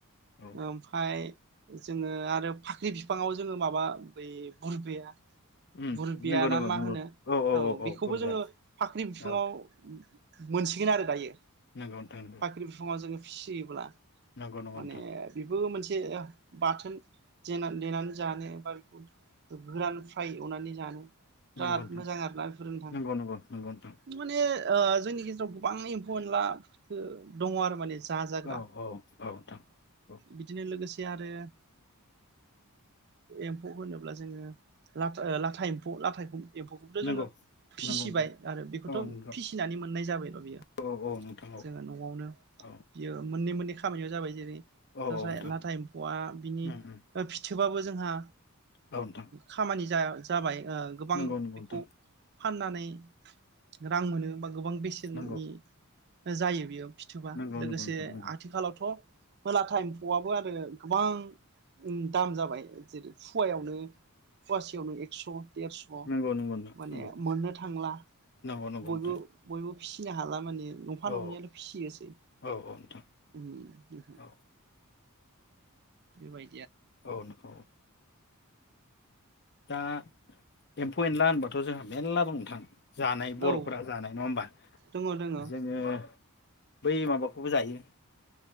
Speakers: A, on the left (about 50°); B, on the right (about 50°).
A: औ
B: ओमफाय जोङो आरो फाख्रि बिफाङाव जोङो माबा बै बुरबेया
A: उम
B: बुरबियाना
A: नंगौ नंगौ
B: मा
A: नंगौ
B: होनो औ बेखौबो
A: बुरबाय
B: जोङो फाख्रि बिफाङाव
A: औ
B: मोनसिगोन आरो दायो
A: नंगौ नोंथां नंगौ
B: फाख्रि बिफाङा जोङो फिसिब्ला
A: नंगौ नंगौ
B: माने
A: नोंथां
B: बेबो मोनसे एसे बाथोने देनानै जानो बा बेखौ गोरान फ्राय एवनानै जानो बिराद
A: नंगौ नोंथां
B: मोजां आरोना बेफोर नोंथां
A: नंगौ नंगौ नंगौ नोंथां
B: माने जोंनि गेजेराव गोबां एम्फौ एनला दङ आरो माने जा जाग्रा
A: औ औ औ नोंथां औ
B: बिदिनो लोगोसे जे आरो एम्फौ होनोब्ला जोङो ला लाथा एम्फौ लाथा एम्फौखौ एम्फौखौबोथ'
A: नंगौ
B: जोङो फिसिबाय
A: नंगौ नोंथां
B: आरो बेखौथ'
A: औ नंगौ
B: फिसिनानै मोननाय जाबायल' बियो
A: औ औ नोंथां औ
B: जोङो न'आवनो
A: औ
B: बियो मोननै मोननै बे खामानियाव जाबाय जेरै
A: औ
B: नाथाय
A: नोंथां
B: लाथा
A: उम
B: एम्फौआ बिनि
A: उम
B: फि ओमबाबो जोंहा
A: औ नोंथां
B: खामानि आ जाबाय ओ गोबां
A: नंगौ नंगौ नोंथां
B: बेखौ फाननानै रां मोनो बा गोबां बिसिननि
A: नंगौ
B: जायो बेयो फिथोबा
A: नंगौ
B: लोगोसे
A: नंगौ नोंथां नंगौ
B: आथिखालावथ' लाथा एम्फौआबो आरो गोबां दाम जाबाय जेरै फुवायावनो फवासेयावनो एक्स' देरस'
A: नंगौ नंगौ नोंथां
B: माने
A: नंगौ
B: मोननो थांला
A: नंगौ नंगौ
B: बयबो
A: नोंथां
B: बयबो फिसिनो हाला माने नफा
A: औ
B: ननैयाल' फिसियोसै
A: औ औ नोंथां
B: ओम <unintelligible>
A: औ
B: बेबाय
A: औ नोंगौ औ दा एम्फौ एनला होनबाथ' जोंहा मेरला दं नोंथां जानाय
B: औ
A: बर'फोरा जानाय नङा होमबा
B: दङ दङ
A: जोङो बै माबाखौबो जायो।